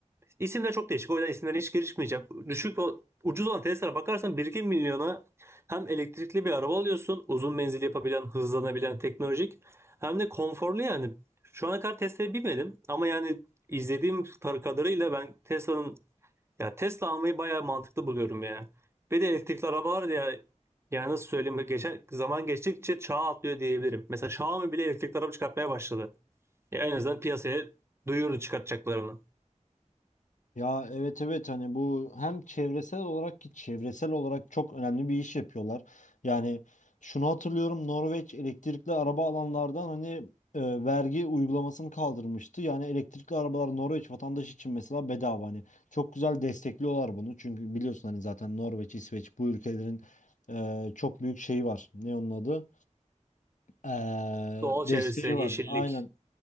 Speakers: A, on the right (about 20°); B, on the left (about 75°).
A: İsimler çok değişik. O yüzden isimlere hiç girişmeyeceğim. Düşük o ucuz olan Tesla'lara bakarsan bir iki milyona hem elektrikli bir araba alıyorsun. Uzun menzil yapabilen, hızlanabilen, teknolojik. Hem de konforlu yani. Şu ana kadar Tesla'ya binmedim ama yani izlediğim tar- kadarıyla ben Tesla'nın ya Tesla almayı bayağı mantıklı buluyorum yani. Bir de elektrikli arabalar da ya yani nasıl söyleyeyim geçen zaman geçtikçe çağ atlıyor diyebilirim. Mesela Xiaomi bile elektrikli araba çıkartmaya başladı. Ya en azından piyasaya duyurdu çıkartacaklarını.
B: Ya evet evet hani bu hem çevresel olarak ki çevresel olarak çok önemli bir iş yapıyorlar. Yani şunu hatırlıyorum Norveç elektrikli araba alanlardan hani e, vergi uygulamasını kaldırmıştı. Yani elektrikli arabalar Norveç vatandaşı için mesela bedava hani çok güzel destekliyorlar bunu. Çünkü biliyorsun hani zaten Norveç, İsveç bu ülkelerin e, çok büyük şeyi var. Ne onun adı? Eee,
A: Doğal çevresi,
B: desteği
A: yeşillik.
B: var. Aynen